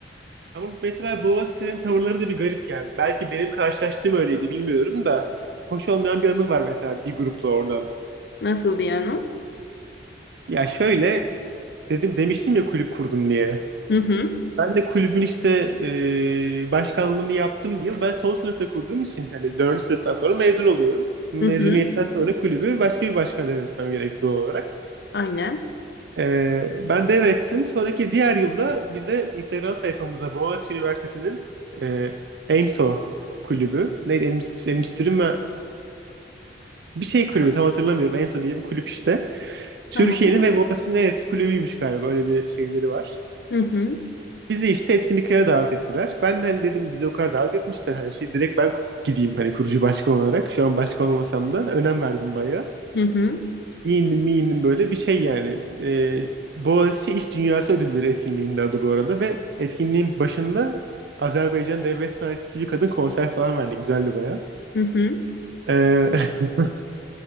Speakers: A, on the right; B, on the left.
A: ama mesela Boğaziçi'nin tavırları da bir garip yani. Belki benim karşılaştığım öyleydi bilmiyorum da. Hoş olmayan bir anım var mesela bir grupla oradan.
B: Nasıl bir yani o?
A: Ya şöyle dedim demiştim ya kulüp kurdum diye.
B: Hı hı
A: Ben de kulübün işte e, başkanlığını yaptım bir yıl. Ben son sınıfta kurduğum için hani dördüncü sınıftan sonra mezun oluyorum. Mezuniyetten
B: hı hı
A: sonra kulübü başka bir başkana devretmem gerekti doğal olarak.
B: aynen
A: E, ben devrettim. Sonraki diğer yılda bize Instagram sayfamıza Boğaziçi Üniversitesi'nin e, ENSO kulübü. Neydi? Endüstri, endüstri mi? Bir şey kulübü tam hatırlamıyorum. ENSO diye bir kulüp işte. Türkiye'nin
B: tamam.
A: ve Boğaziçi'nin en eski kulübüymüş galiba. Böyle bir şeyleri var.
B: Hı hı
A: Bizi işte etkinliklere davet ettiler. Ben de hani dedim bizi o kadar davet etmişler. Hani şey direkt ben gideyim hani kurucu başkan olarak. Şu an başkan olmasam da önem verdim bayağı.
B: hı hı
A: Giyindim miyindim böyle bir şey yani. Ee, Boğaziçi İş Dünyası Ödülleri etkinliğinde adı bu arada. Ve etkinliğin başında Azerbaycan devlet sanatçısı bir kadın konser falan verdi. Güzeldi bayağı.
B: hı hı.
A: Ee, <laughs>